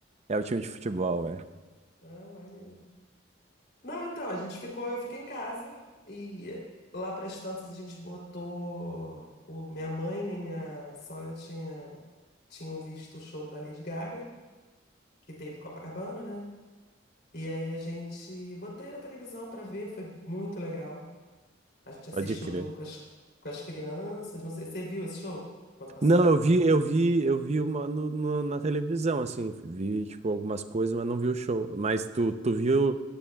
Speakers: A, on the right; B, on the left.
A: É o time de futebol, é.
B: Ah, maneiro. Não, então, a gente ficou, eu fiquei em casa e lá para as tantas a gente botou o, minha mãe nem minha sogra tinha, tinham visto o show da Lady Gaga, que teve em Copacabana, né? E aí a gente botei na televisão para ver, foi muito legal. A gente assistiu
A: Pode crer.
B: tudo com as, com as crianças. Não sei, você viu esse show quando passou?
A: Não, eu vi, eu vi, eu vi uma no, no- na televisão, assim, vi, tipo, algumas coisas, mas não vi o show. Mas tu, tu viu